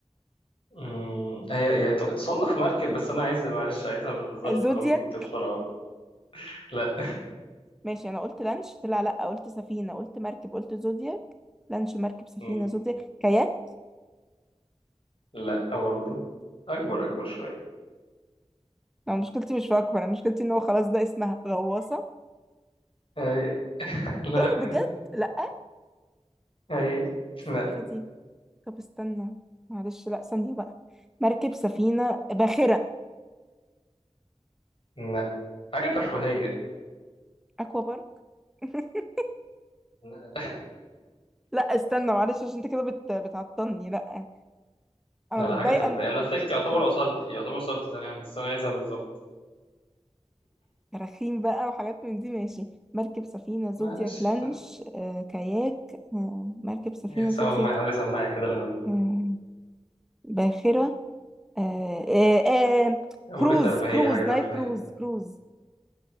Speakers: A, on the left; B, in the centre.
A: مم، هي يعني ت- تصنف مركب بس انا عايز معلش عايزها بالظبط
B: زودياك
A: طالما انت جبتيها بسرعة بقى. لا
B: ماشي أنا قلت لانش طلع لأ قلت سفينة قلت مركب قلت زودياك لانش مركب سفينة
A: مم،
B: زودياك كاياك
A: لا برضه اكبر اكبر شوية
B: ما مشكلتي مش في أكبر أنا مشكلتي إن هو خلاص ده اسمها غواصة
A: أي. لا
B: ايه بجد لا
A: أي.
B: السفافة
A: لا
B: دي طب استنى معلش لا ثانية بقى مركب سفينة باخرة
A: لا حاجة ترفيهية
B: اكوا بارك <laughs>
A: لا لا
B: لا استنى معلش عشان انت كده بت... بتعطلني لا
A: <laughs>
B: انا
A: لا،
B: متضايقة
A: حاجة ترفيهية
B: إن-
A: أنا قلت لك تعتبر
B: طب
A: وصلتي يعتبر وصلتي تمام بس أنا عايزها بالظبط
B: كراخيم بقى وحاجات من دي ماشي مركب سفينة زودياك
A: معلش
B: لانش آه، كاياك آه، مركب سفينة
A: سماعي
B: زودياك
A: هذه سماعي كده لهلا
B: آه، باخرة آه، آه، آه،
A: بقول
B: كروز
A: لك ترفيهية
B: كروز
A: حاجة ترفيهية
B: نايل كروز كروز